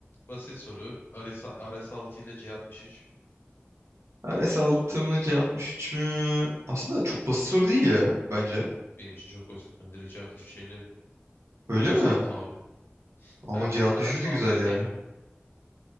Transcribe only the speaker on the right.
RS6 mı C63 mü? Aslında çok basit soru değil ya bence.
Öyle
mi?
Ama
C63
de güzel
ya.